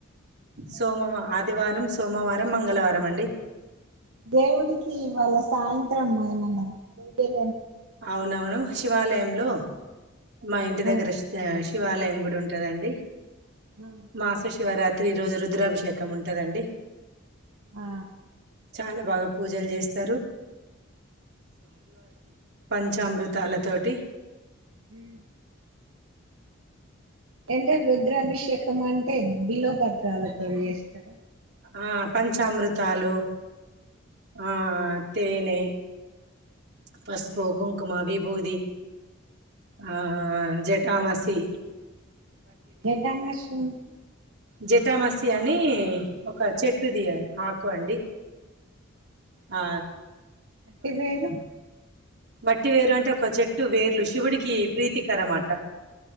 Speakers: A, on the right (about 55°); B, on the right (about 85°).
A: సోమవ ఆదివారం, సోమవారం, మంగళవారం అండి.
B: దేవుడికి ఇవాళ సాయంత్రం, ఏమన్నా పూజల్
A: అవునవును శివాలయంలో, మా ఇంటి
B: ఆ
A: దగ్గర షిత్ శివాలయం గుడి ఉంటదండి.
B: ఆ
A: మాస శివరాత్ త్రీ రోజు, రుద్రాభిషేకం ఉంటదండి.
B: ఆ.
A: చాలా బాగా పూజలు జేస్తారు. పంచామృత్ తాళ్ళ తోటి,
B: హుమ్మ్. అంటే రుద్రాభిషేకం అంటే, బిల్వ పత్రాలతో చేస్తారా.
A: ఆ పంచామృతాలు, ఆ ఆ తేనే, పస్పు,
B: నెయ్యి
A: కుంకుమ, విబూది, ఆ జఠామసి.
B: గేదయమ్మ వసుంది
A: జటామసి అని ఒక చెట్టు ది ఆకు అండి ఆ
B: ఇ వేరు
A: మట్టి వేరు అంటే ఒక చెట్టు వేర్లు శివుడికి ప్రీతికరమాట